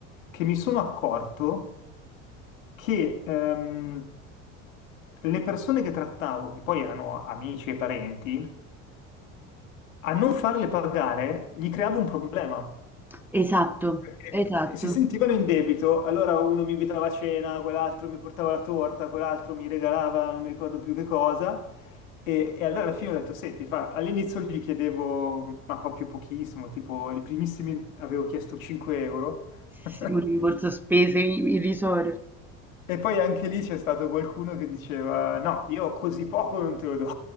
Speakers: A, on the left (about 85°); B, in the centre.
A: Che mi sono accorto che ehm, le persone che trattavo, che poi erano amici e parenti, a non farle pagare gli creavo un problema.
B: esatto,
A: Perché
B: esatto.
A: si sentivano in debito, allora uno mi invitava a cena, quell'altro mi portava la torta, quell'altro mi regalava non mi ricordo più che cosa. E, e allora alla fine ho detto, senti, fa, all'inizio gli chiedevo, ma proprio pochissimo, tipo i primissimi avevo chiesto 5 euro. <laughs>
B: Sì, Un rimborso spese irrisorio.
A: E poi anche lì c'è stato qualcuno che diceva, no, io così poco non te lo do.